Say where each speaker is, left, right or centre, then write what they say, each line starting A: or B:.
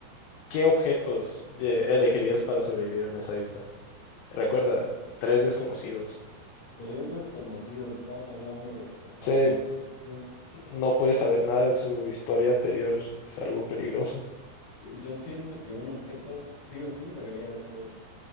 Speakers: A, on the left (about 75°); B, on the left (about 45°).
A: ¿Qué objetos eh, elegirías para sobrevivir en esa isla? Recuerda, tres desconocidos.
B: Tres desconocidos, estamos hablando de personas
A: Sí,
B: que no... no.
A: No puedes saber nada de su historia anterior, es algo peligroso.
B: Yo siento que un objeto sí o sí debería de ser